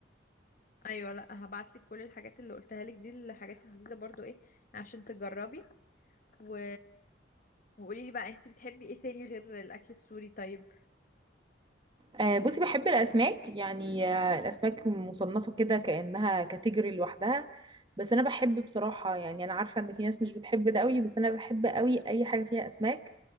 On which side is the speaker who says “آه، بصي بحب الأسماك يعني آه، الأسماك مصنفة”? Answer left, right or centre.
Right